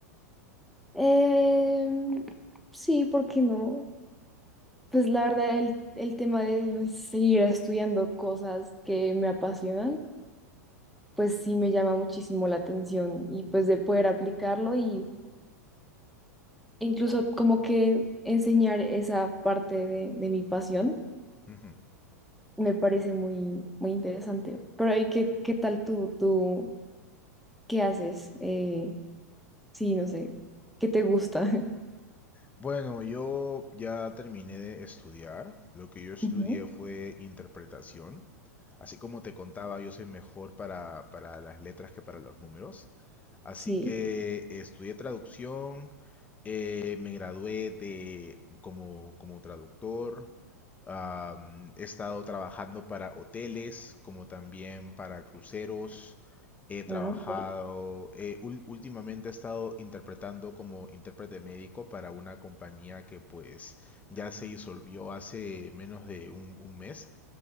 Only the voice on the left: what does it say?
Ujú.
Bueno, yo ya terminé de estudiar. Lo que yo estudié
fue interpretación. Así como te contaba, yo soy mejor para, para las letras que para los números. Así
que estudié traducción, eh, me gradué de, como, como traductor, am, he estado trabajando para hoteles, como también para cruceros, he trabajado,
eh, ul- últimamente he estado interpretando como intérprete médico para una compañía que pues ya se disolvió hace menos de un un mes.